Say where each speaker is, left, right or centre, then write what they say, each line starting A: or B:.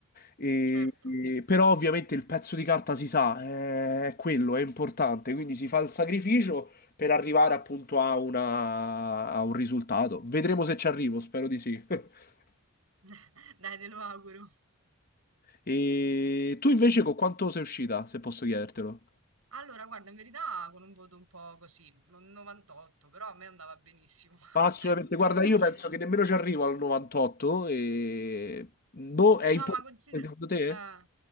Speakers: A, on the left (about 45°); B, on the right (about 80°).
A: E,
B: certo.
A: e- però ovviamente il pezzo di carta si sa, eh, è quello, è importante, quindi si fa il sacrificio per arrivare appunto a, una- a un risultato. Vedremo se ci arrivo, spero di sì. <laughs>
B: <laughs> Dai, te lo auguro.
A: E tu invece con quanto sei uscita, se posso chiedertelo?
B: Allora, guarda, in verità con un voto un po' così, un 98, però a me andava benissimo.
A: Ma assolutamente,
B: <laughs>
A: guarda,
B: Perché?
A: io penso
B: Ok.
A: che nemmeno ci arrivo al 98 e... Boh, è importante
B: No, ma considera...
A: secondo te?
B: eh,